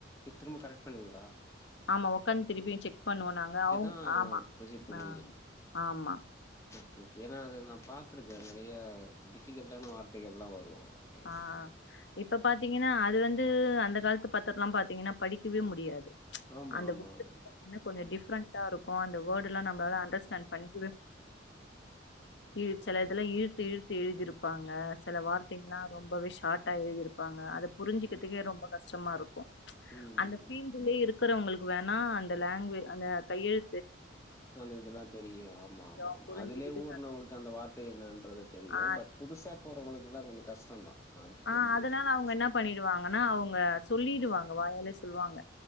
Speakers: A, on the left; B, on the left.
A: இ திரும்ப கரெக்ட் பண்ணுவீங்ளா?
B: ஆமா ஒக்காந் திருப்பியு செக் பண்ணுவோ நாங்க அவுங்
A: தான்
B: ஆமா
A: ப்ரொசீட் பண்ணுவீங்க
B: ஆ ஆமா
A: ஓகே ஓகே ஏனா அது நா பாத்திருக்கே நெறையா டிஃபிகல்ட்டான வார்த்தைகள்லா வரு அது கேக்க
B: ஆ இப்ப பாத்தீங்கனா அ து வந்து அந்த கால்த்து பத்தரல்லா பாத்தீங்கன்னா படிக்கவே முடியாது
A: ஆமா
B: அந்த
A: ஆமா
B: வோர்டு
A: ஆமா
B: <inaudible> மே கொஞ்ச
A: ம்
B: டிஃப்ரண்ட்டா இருக்கு அந்த வோர்டு ல்லா நம்ளால அண்டர்ஸ்டாண்ட் பண்ணிக்கவே இ செல இதல்லா இழுத்து இழுத்து எழுதிருப் பாங்க சில வார்த்தைங்ல்லா ம்பவே ஷாட்டா எழுதிருப்பாங்க அத புரிஞ்சிக்கிறதுக்கே ரொம்ப கஷ்டமாருக்கு
A: ம் ம்
B: அந்த ஃபீல்டுலே இரு க்கறவுங்களுக்கு வேணா அந்த லேங்வே அந்த கையெழு
A: அந்த இதெல்லா தெரியு ஆமா
B: லட்சோ
A: ஆமா ஆமா
B: புரிஞ்சுக்கிட்டு
A: அதுலே ஊற்னவுங்களுக்கு அந்த வார்த்தை என்னன்றது தெரியு
B: ஆ
A: பட் புதுசா போறவங்களுக்கெல்லா கொஞ்ச கஷ்டந்தா அது
B: ஆ
A: தெரிஞ்ச
B: அதனால
A: விஷயம்
B: அவுங்க என்ன பண்ணிடுவாங்கன்னா அவுங்க சொல்லிடுவாங்க வாயாலே சொல்லுவாங்க